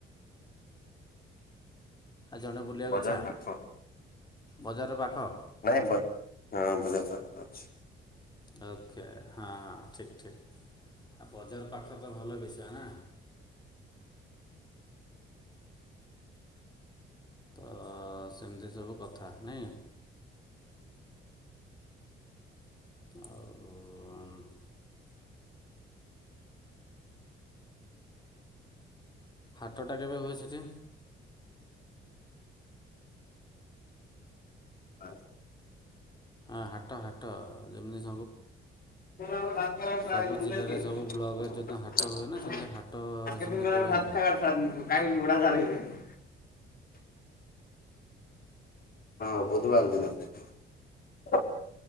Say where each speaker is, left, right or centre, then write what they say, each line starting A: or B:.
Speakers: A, on the left; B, on the left.
A: ଆଉ ଜଣେ ବୁଲିବାକୁ
B: ବଜାର
A: ଇଛା।
B: ପାଖ
A: ବଜାର ପାଖ?
B: ନାଇଁ ବା ହଁ ବଜ଼ାର ପାଖ ଅଛି।
A: ଓକେ ହଁ ହଁ ଠିକ ଠିକ ବଜାର ପାଖ ତ ଭଲ ବିଷୟ ନା। ତ ସେମିତି ସବୁ କଥା ନାଇଁ। ଆଉ। ହାଟଟା କେବେ ହୁଏ ସେଠୀ।
B: ଆ।
A: ହଁ ହାଟ୍ ହଟ ହାଟ ଯେମିତିି।
B: <unintelligible>
A: ସବୁ ଜିଲ୍ଲାରେ ସବୁ ବ୍ଲକରେ ଯେଉଁଦିନ ହାଟ ହୁଏ ନା ସେମିତି ହାଟ
B: <unintelligible>
A: ସେମିତି କେବେ ହୁଏ
B: ହଁ ବୁଧବାର ଦିନ ହୁଏ।